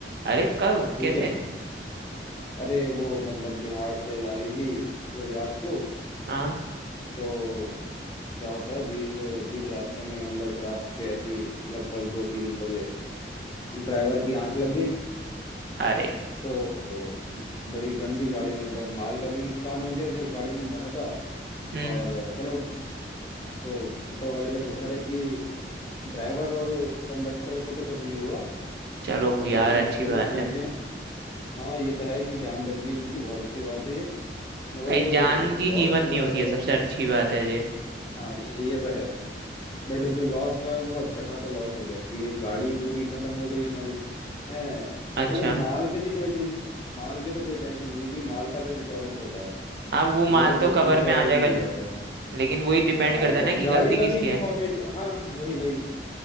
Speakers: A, on the right; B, on the left.
A: अरे कब
B: ठीक
A: कैसे
B: है अरे वो मतलब बिहार से जा रही थी गुजरात को
A: हाँ
B: तो क्या होता है बीच बीच रास्ते में मतलब रात के ऐसी लगभग दो तीन बजे ड्राइवर की आंख लग गई
A: अरे
B: तो बड़ी गंदी गाड़ी मतलब माल का भी नुकसान हो गया जो गाड़ी में भरा था
A: हम्म
B: और चलो वो ऊपर वाले का शुक्र है कि ड्राइवर और कंडक्टर को तो कुछ नहीं हुआ
A: चलो यार
B: वो तो
A: अच्छी
B: वो
A: बात
B: तो ठीक
A: है
B: है हाँ ये तो है कि जान बच गई उनकी बहुत अच्छी बात है ये मगर
A: अरे
B: जो
A: जान की
B: लॉस
A: कीमत
B: हुआ
A: नहीं होती
B: है
A: है सबसे अच्छी बात है ये
B: हाँ ये ये तो है बट जो लॉस हुआ है वो अच्छा खासा लॉस हो गया क्योंकि गाड़ी पूरी खत्म हो गई हमारी है
A: अच्छा
B: चलो माल की तो कोई दिन माल की तो कोई टेंशन नहीं होगी माल का तो इंश्योरेंस होता है
A: अब वो माल
B: वो तो
A: तो कवर
B: इंश्योरेंस
A: में आ जाएगा
B: में मिल जाता है
A: लेकिन वही डिपेंड
B: हाँ
A: करता
B: ग-
A: है ना कि
B: गाड़ी
A: गलती
B: का
A: किसकी
B: भी इंफॉर्मेशन
A: है
B: हाँ वही वही